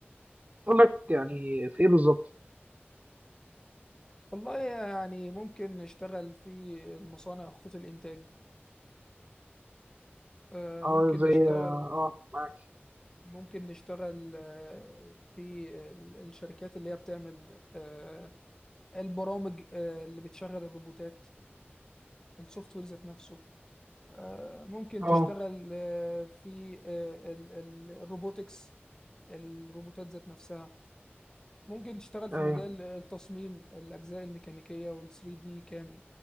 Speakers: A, on the right; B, on the left.
A: شغلك يعني في إيه بالظبط؟
B: والله يعني ممكن نشتغل في المصانع خطوط الإنتاج آه،
A: اه
B: ممكن
A: زي
B: نشتغل
A: اه معاك
B: ممكن نشتغل آه، في ال- الشركات اللي هي بتعمل آه، البرامج آه، اللي بتشغل الروبوتات السوفت وير ذات نفسه آه، ممكن
A: اه
B: تشتغل آه، في آه، ال- ال- الروبوتكس الروبوتات ذات نفسها ممكن تشتغل في
A: ايوه
B: مجال التصميم الأجزاء الميكانيكية وال 3 دي كام